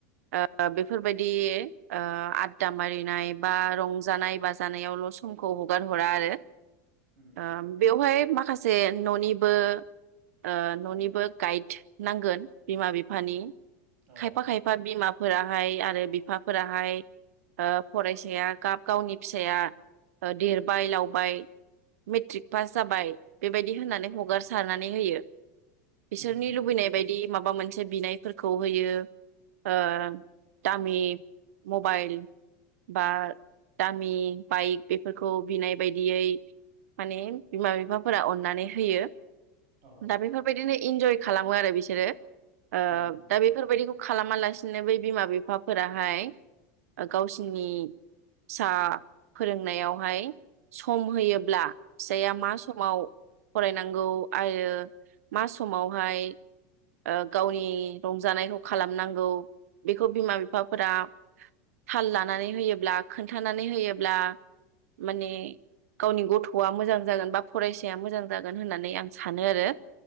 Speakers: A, on the right; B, on the right.
A: ओ बेफोरबायदि ओ आददा मारिनाय बा रंजानाय बाजानायावल' समखौ हगार हरा आरो।
B: उम
A: ओ बेवहाय। खासे न'निबो ओ न'निबो गायद नांगोन बिमा बिफानि।
B: औ
A: खायफा-खायफा बिमा। फोराहाय आरो बिफाफोराहाय ओह फरायसाया गाब गावनि फिसाया देरबाय लाउबाय मेट्रिक पास जाबाय। बेबायदि होननानै हगारसारनानै होयो। बिसोरनि
B: उम उम
A: लुबैनाय बायदि माबा मोनसे बिनायफोरखौ खौ होयो ओह दामि मबाइल बा दामि बाइक बेफोरखौ फोरखौ बिनाय बायदियै। माने बिमा बिफा फोरा अननानै होयो।
B: औ
A: दा बेफोरबायदिनो इन्जय खालामो आरो बिसोरो। ओह
B: उम
A: दा बेफोरबायदिखौ खालामालासिनो बै बिमा बिफाफोराहाय गावसिनि फिसा फोरोंनायावहाय सम होयोब्ला फिसाया मा स समाव फरायनांगौ आरो मा समावहाय ओ गावनि रंजानायखौ खालामनांगौ बेखौ बिमा बिफाफोरा थाल लानानै होयोब्ला खोन्थानानै होयोब्ला माने गावनि गथ'आ मोजां जागोन बा फरायसाया मोजां जागोन होननानै आं सानो आरो।